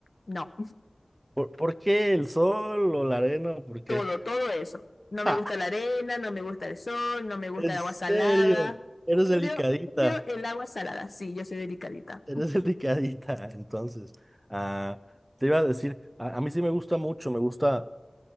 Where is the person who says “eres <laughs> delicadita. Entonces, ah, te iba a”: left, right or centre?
Right